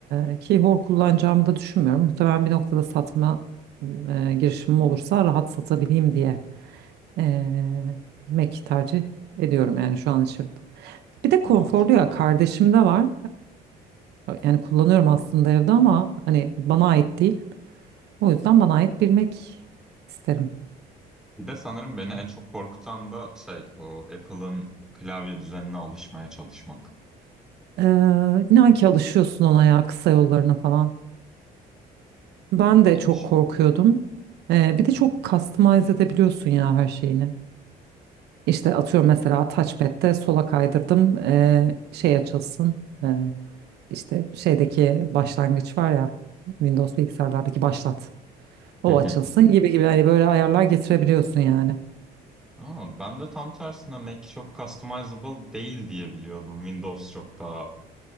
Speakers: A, on the right; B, in the centre.
A: e, ki hor kullanacağımı da düşünmüyorum. Muhtemelen bir noktada satma e, girişimim olursa rahat satabileyim diye e, Mac tercih ediyorum yani şu an için. Bir de
B: Mantıklı.
A: konforlu ya kardeşim de var. E, yani kullanıyorum aslında evde ama hani bana ait değil. O yüzden bana ait bir Mac isterim.
B: Bir de sanırım beni en çok korkutan da şey o Apple'ın klavye düzenine alışmaya çalışmak.
A: E, inan ki alışıyorsun ona ya kısa yollarına falan. Ben de çok
B: Yani şimdi...
A: korkuyordum. Ee, bir de
B: Hı
A: çok
B: hı.
A: customize edebiliyorsun ya her şeyini. İşte atıyorum mesela touchpad'de sola kaydırdım ee, şey açılsın. Ee, işte şeydeki başlangıç var ya Windows bilgisayarlardaki başlat. O
B: Hı hı.
A: açılsın gibi gibi hani böyle ayarlar getirebiliyorsun yani.
B: Aa, ben de tam tersine Mac çok customizable değil diye biliyordum. Windows çok daha